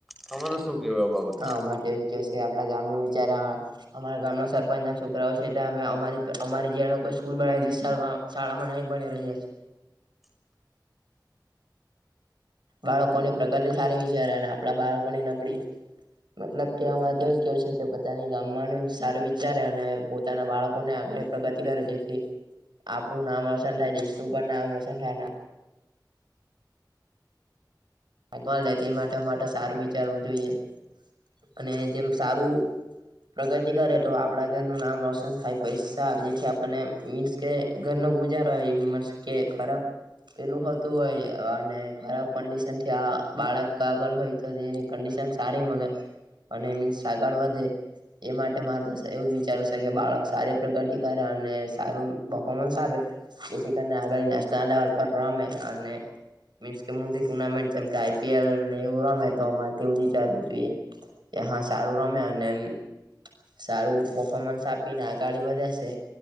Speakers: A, in the centre; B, on the right.
A: તમારો શું? કેવું આ બાબતમાં
B: હા, માટે કે છે આપડા ગામ ન વિચારા અમારા ગામના સરપંચ ના છોકરાઓ છે તા અમે અમારી, અમારી જે એલોકો સ્કૂલ બનાવી શાળા શાળામાં <unintelligible> બની રહીયા છે.
A: <inaudible>
B: બાળકોની પ્રગતિ સારી વિચારે અને આપડા બાળકોની નબળી. મતલબ કે અમારે તેવુંજ કેવુ છે કે પોતાની ગામમાંનું જ સારું વિચારે અને પોતાના બાળકોને આ ગર પ્રગતિ કરે, જેથી આપણું નામ રોશન થાય, દેશનું પણ નામ રોશન થાય
A: <inaudible>
B: ભગવાન લે તે માટે માટે સારું વિચારવું જોઈએ અને જેમ સારું. પ્રગતિ કરે તો આપડા ઘરનું નામ રોશન થાય, પૈસા આવે જેથી આપણને મીન્સ કે ઘરના <unintelligible> કે ખરાબ પેલું હતું હોય અને ખરાબ કંડીશનથી ત્યાં બાળક આગળ હોય, તો એની કંડિશન સારી મળે અને મીન્સ આગળ વધે એ માટે મારે તો એવું વિચારું છે કે બાળક સારી પ્રગતિ કરે અને સારું પફોમન્સ આપે. જેથી કરીને આગળ નેશનલ લેવલ પર રમે અને મીન્સ કે મોટી ટુર્નામેન્ટ. જેમ કે આઈ પી એલ ને એવું રમે તો અમારે તેવું જ વિચારવું જોઈએ. એ હા સારું રમે અને એ સારું પફોર્મન્સ આપીને આગાડી વધે છે.